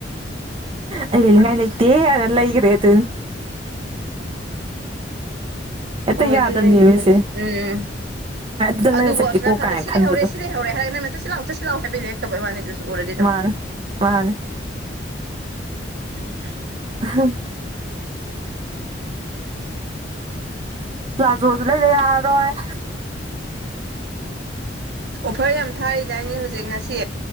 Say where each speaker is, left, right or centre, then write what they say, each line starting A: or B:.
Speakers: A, on the right (about 30°); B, on the right (about 60°).
A: ꯑꯩ ꯂꯩꯅꯤꯡꯉꯥꯏ ꯂꯩꯇꯦ ꯍꯥꯏꯔ ꯂꯩꯒ꯭ꯔꯦ ꯑꯗꯨꯅꯤ꯫ ꯍꯦꯛꯇ
B: ꯎꯔꯗꯤ
A: ꯌꯥꯗꯕꯅꯦꯃꯤ
B: ꯑꯗꯨꯝ ꯂꯩꯅꯤꯡꯕꯅꯤ
A: ꯁꯦ
B: ꯎꯝ ꯎꯝ ꯎꯝ꯫
A: ꯑꯗꯨꯗꯪ
B: ꯑꯗꯨꯕꯨ
A: ꯂꯩꯔ ꯆꯠꯀꯦꯀꯣ
B: ꯑꯁꯣꯟ ꯅꯥꯀꯟꯗ
A: ꯀꯥꯏꯅ
B: ꯁꯤ
A: ꯈꯟꯕꯗꯣ
B: ꯂꯩꯍꯧꯔꯦ ꯁꯤ ꯂꯩꯍꯧꯔꯦ ꯍꯥꯏꯔꯒ ꯅꯪꯅ ꯆꯠꯁꯤ ꯂꯥꯎ ꯆꯠꯁꯤ ꯁꯤ ꯂꯥꯎ ꯍꯥꯏꯕꯩ ꯂꯩꯔꯛꯇꯕꯩ ꯋꯥꯅꯦ ꯑꯗꯨꯁꯨ ꯎꯔꯗꯤ ꯑꯗꯨꯝ꯫
A: ꯃꯥꯅꯦ ꯃꯥꯅꯦ
B: ꯎꯝ꯫
A: ꯑꯍ꯫ ꯄ꯭ꯂꯥꯖꯣꯖꯨ ꯂꯩꯗ ꯌꯥꯔꯔꯣꯏ꯫
B: ꯑꯣꯐꯔ ꯌꯥꯝ ꯊꯥꯔꯤꯗꯥꯏꯅꯦ ꯍꯧꯖꯤꯛ ꯉꯁꯤ